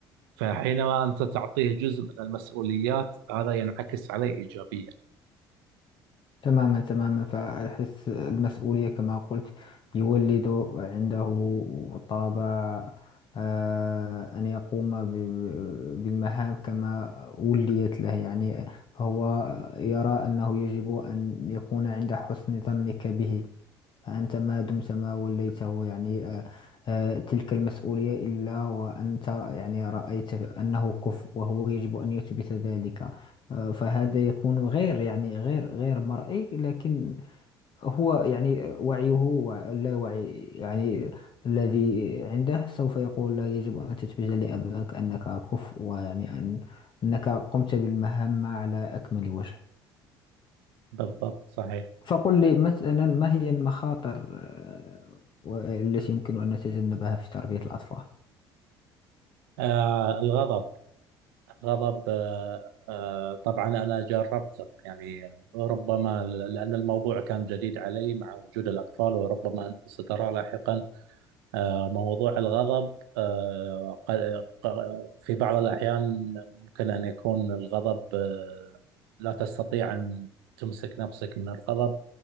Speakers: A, on the right; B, on the left.
A: فحينما أنت تعطيه جزء من المسؤوليات هذا ينعكس عليه إيجابيا
B: تماما تماما فأحس المسؤولية كما قلت يولد عنده طابع آه أن يقوم ب- بالمهام كما وليت له يعني فهو يرى أنه يجب أن يكون عند حسن ظنك به فأنت ما دمت ما وليته يعني آه، آه، تلك المسؤولية إلا وأنت يعني رأيت أنه كفء وهو يجب أن يثبت ذلك آه، فهذا يكون غير يعني غير غير مرئي لكن هو يعني وعيه وع- لا وعي يعني الذي عنده سوف يقول لا يجب أن تثبت لأباك أنك كفء ويعني أن أنك قمت بالمهمة على أكمل وجه
A: بالضبط صحيح
B: فقل لي مثلا ما هي المخاطر آه، و- التي يمكن أن نتجنبها في تربية الأطفال
A: آه الغضب الغضب آه آه طبعا أنا جربته يعني ربما ل- لأن الموضوع كان جديد علي مع وجود الأطفال وربما أنت سترى لاحقا آه موضوع الغضب آه ق- ق- في بعض الأحيان ممكن أن يكون الغضب آه لا تستطيع أن تمسك نفسك من الغضب